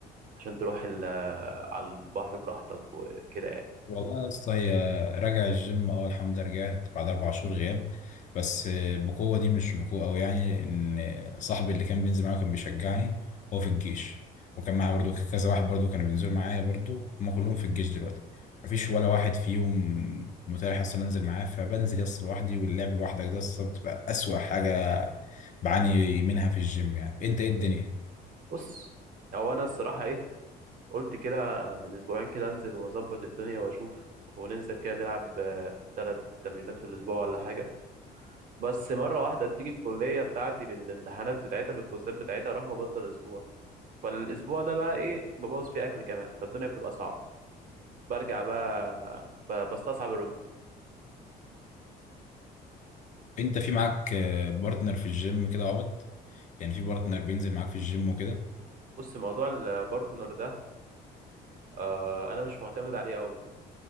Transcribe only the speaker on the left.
والله يا اسطى هي راجع الجيم اه الحمد لله رجعت بعد اربع شهور غياب بس بقوه دي مش بقوه قوي يعني ان صاحبي اللي كان بينزل معايا كان بيشجعني هو في الجيش وكان معايا برضو كذا واحد برضو كانوا بينزلوا معايا برضو هما كلهم في الجيش دلوقتي مفيش ولا واحد فيهم متاح اصلا انزل معاه فبنزل يس لوحدي واللعب لوحدك ده اصلا بتبقى اسوأ حاجه بعاني منها في الجيم يعني انت ايه الدنيا؟
انت في معاك بارتنر في الجيم كده عبط يعني في بارتنر بينزل معاك في الجيم وكده